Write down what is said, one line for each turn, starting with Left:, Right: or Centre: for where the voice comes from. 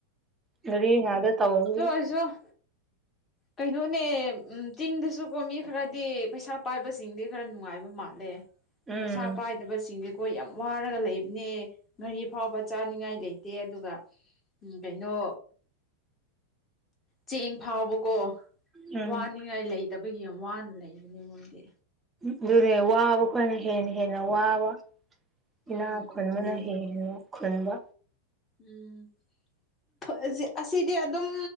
Right: ꯉꯔꯤ ꯉꯥꯗ ꯇꯧꯁꯦ
Left: ꯁꯨꯣ ꯀꯩꯅꯣꯅꯦ ꯎ ꯆꯤꯡꯗꯁꯨꯀꯣ ꯃꯤ ꯈꯔꯗꯤ ꯄꯩꯁꯥ ꯄꯥꯏꯕꯁꯤꯡꯗꯤ ꯈꯔ ꯅꯨꯡꯉꯥꯏꯕ ꯃꯥꯜꯂꯦ
Right: ꯎꯝ
Left: ꯄꯩꯁꯥ ꯄꯥꯏꯗꯕꯁꯤꯡꯁꯦꯈꯣꯏ ꯌꯥꯝ ꯋꯥꯔꯒ ꯂꯩꯕꯅꯦ ꯉꯔꯤ ꯑꯐꯥꯎꯕ ꯆꯥꯅꯤꯡꯉꯥꯏ ꯂꯩꯇꯦ ꯑꯗꯨꯒ ꯀꯩꯅꯣ ꯆꯦꯡ ꯐꯥꯎꯕꯀꯣ
Right: ꯎꯝ
Left: ꯋꯥꯅꯤꯡꯉꯥꯏ ꯂꯩꯇꯕꯒꯤ ꯌꯥꯝ ꯋꯥꯅ ꯂꯩꯕꯅꯦ ꯃꯣꯏꯗꯤ
Right: ꯑꯗꯨꯅꯦ ꯋꯥꯕ ꯈꯣꯏꯅ ꯍꯦꯟꯅ ꯍꯦꯟꯅ ꯋꯥꯕ ꯏꯅꯥ
Left: ꯎꯝ
Right: ꯈꯨꯟꯕꯅ
Left: ꯑꯗꯨꯅꯦ
Right: ꯍꯦꯟꯅ ꯈꯨꯟꯕ
Left: ꯎꯝ ꯑꯁꯤꯗꯤ ꯑꯗꯨꯝ